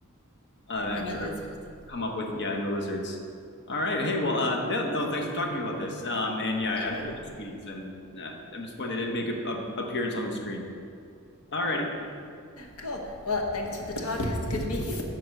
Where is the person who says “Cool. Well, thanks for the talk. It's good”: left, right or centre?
Left